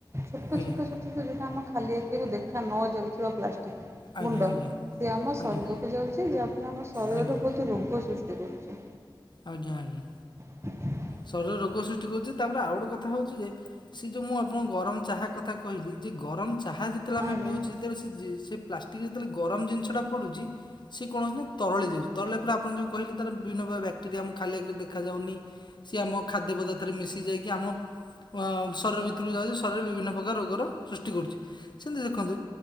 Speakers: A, on the right; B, on the left.
A: ଛୋଟ-
B: ଆଜ୍ଞା
A: ଛୋଟ- ଛୋଟ ଦଟା ଆମେ ଖାଲି ଆଖିବାକୁ ଦେଖା ନଯାଉଥିବା ପ୍ଲାଷ୍ଟିକ୍
B: ଆଜ୍ଞା
A: ଗୁଣ୍ଡ
B: ଆଜ୍ଞା
A: ସେ ଆମ
B: ଆଜ୍ଞା
A: ଶରୀରକୁ ଯାଉଛି ଯାହାଫଳରେ ଆମ ଶରୀରରେ
B: ଆଜ୍ଞା
A: ବହୁତ ରୋଗ ସୃଷ୍ଟି କରୁଛି।
B: ଆଜ୍ଞା ଆଜ୍ଞା।
A: ହ ହଁ <unintelligible>
B: ଶରୀର ରୋଗ ସୃଷ୍ଟି କରୁଛି ତାପରେ ଆଉ ଗୋେ କଥା ହଉଛି ଯେ ଯୋଉ ମୁଁ ଆଣ ଗରମ କଥା କହିଲି ଯେ ଗରମ ଚାହା ଯେତେବେଳେ ଆମେ
A: ଆଜ୍ଞା
B: ପିଉଛଳେ ପ ଟେ ଯେତେବେଳେ ଗରମ ଜିନିଷ ଟା ପଡୁଛି ସେ କଣସି ନା ତରଳି ଯାଉଛି ତରଳି ଫ ଆଣ ଯଉ କହେ ତାର ବିଭିନ ବକ୍ଟେରିଆ ଆ ଖାଲି ଆ ଦେଖାଯାଉନି ସିଏ ଆମ ଖାଦ୍ୟ ପଦାର୍ଥରେ ମିଶି ଯାଇକି ଆମ ଅ ଶରୀର ଭିତରକୁ ଯାଉଛି ଶରୀରରେ ବିଭିନ୍ନ ପ୍ରକାର ରୋଗର ସୃଷ୍ଟି କରୁଛି ସେମିତି ଦେଖନ୍ତୁ